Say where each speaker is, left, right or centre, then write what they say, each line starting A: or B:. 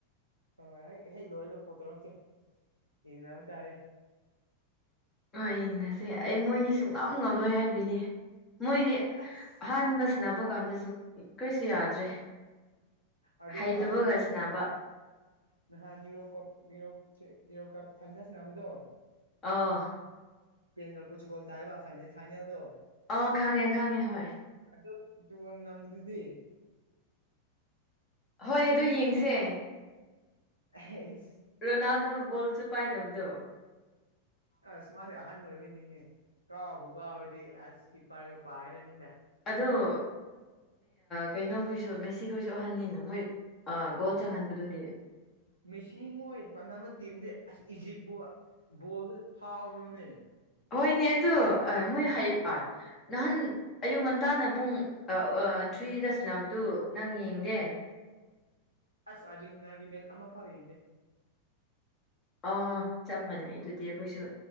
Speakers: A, on the right; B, on the left.
A: ꯍꯣꯏ ꯑꯩ ꯍꯦꯛ ꯂꯣꯏꯔꯒ ꯀꯣꯜ ꯇꯧꯔꯛꯀꯦ ꯌꯦꯡꯅꯕ ꯇꯥꯔꯦ
B: ꯑ ꯌꯦꯡꯅꯁꯦ ꯑꯦ ꯃꯣꯏꯗꯤ ꯁꯨꯡ ꯉꯝ ꯉꯝꯂꯣꯏ ꯍꯥꯏꯕꯤꯒꯦ ꯃꯣꯏꯗꯤ
A: ꯑꯁ
B: ꯑꯍꯥꯟꯕ ꯁꯤꯕ ꯀꯥꯟꯗꯁꯨ ꯀꯔꯤꯁꯨ ꯌꯥꯗ꯭ꯔꯦ
A: ꯑꯗꯨ
B: ꯍꯩꯇꯕꯒ
A: ꯋꯥꯅ ꯇ
B: ꯁꯅꯕ
A: ꯅꯍꯥꯟ ꯅꯨꯔꯣ ꯀꯞ ꯅꯌꯨꯔꯣ ꯀꯞ ꯐꯥꯏꯅꯜꯁꯅꯦꯕꯗꯣ
B: ꯑꯥ
A: ꯄꯦꯟ ꯄꯨꯁꯨ ꯀꯣꯜ ꯇꯥꯏꯌꯦꯕ ꯐꯥꯏꯅꯦꯜꯗꯣ
B: ꯑ ꯈꯪꯉꯦ ꯈꯪꯉꯦ ꯍꯣꯏ
A: ꯑꯗ ꯆꯒ ꯉꯝꯗꯗꯗꯤ
B: ꯍꯣꯏ ꯑꯗꯨ ꯌꯦꯡꯁꯦ
A: ꯑꯦ
B: ꯔꯣꯅꯥꯜꯗꯣ ꯣꯜꯁꯨ ꯄꯥꯏꯗꯕꯗꯣ
A: ꯑꯁ ꯃꯥꯗꯤ ꯑꯍꯟ ꯑꯣꯏꯕꯩꯅꯤꯅꯦ ꯀꯥꯎꯕꯨ ꯀꯥꯎꯔꯗꯤ ꯑꯁ ꯀꯤ ꯄꯔꯒ ꯄꯥꯏꯔꯅꯤꯗ
B: ꯑꯗꯣ ꯀꯩꯅꯣꯈꯣꯏꯁꯨ ꯃꯦꯁꯤ ꯈꯣꯏꯁꯨ ꯑꯍꯟꯅꯤꯅ ꯃꯣꯏ ꯒꯣꯜ ꯆꯪꯍꯟꯕꯗꯨꯗꯤ
A: ꯃꯦꯁꯤ ꯃꯣꯏ ꯄꯥꯟꯅꯕ ꯇꯤꯝꯗꯤ ꯑꯁ ꯏꯖꯤꯞꯄꯨ ꯕꯣꯜꯗ ꯐꯥꯎꯔꯣꯅꯦ
B: ꯍꯣꯏꯅꯦ ꯑꯗꯨ ꯃꯣꯏ ꯍꯥꯏ ꯑ ꯅꯍꯥꯟ ꯑꯌꯨꯛ ꯉꯟꯇꯥꯅ ꯄꯨꯡ ꯊ꯭ꯔꯤꯗ ꯁꯤꯕꯗꯨ ꯅꯪ ꯌꯦꯡꯗꯦ
A: ꯑꯁ ꯑꯥꯖꯨꯟꯅꯥꯒꯤ ꯃꯦ ꯑꯃ ꯐꯥꯎ ꯌꯦꯡꯅꯦ
B: ꯑꯥ ꯆꯞ ꯃꯥꯟꯅꯦꯩ ꯑꯗꯨꯗꯤ ꯑꯩꯈꯣꯏꯁꯨ